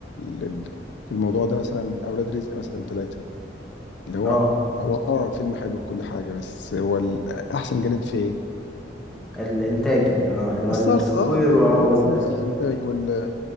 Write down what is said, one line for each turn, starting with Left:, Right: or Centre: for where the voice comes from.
Left: لل- للموضوع ده مثلا اولاد رزق مثلا ثلاثه اللي هو
Centre: اه
Left: هو اه فيلم حلو وكل حاجه بس هو ال- احسن جانب في ايه
Centre: الانتاجي اه اللي هو
Left: الصرف
Centre: التصوير
Left: اه جانب
Centre: اه وال
Left: الصرف الانتاج وال